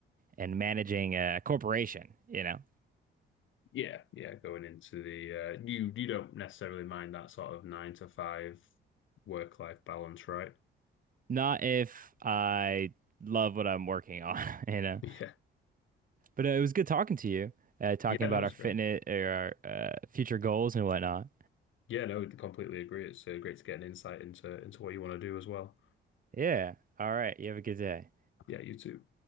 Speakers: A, on the right (about 45°); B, on the left (about 75°).
A: and managing a corporation, you know,
B: Yeah, yeah. Going into the uh, you you don't necessarily mind that sort of nine to five work life balance, right? <laughs>
A: not if I love what I'm working <laughs> on, you know.
B: Yeah,
A: But uh, it was good talking to you, uh, talking
B: yeah.
A: about
B: No, it's
A: our fitness
B: great.
A: or our uh, future goals and whatnot.
B: Yeah, no, completely agree. It's uh, great to get an insight into into what you want to do as well.
A: Yeah. All right. You have a good day.
B: Yeah, you too.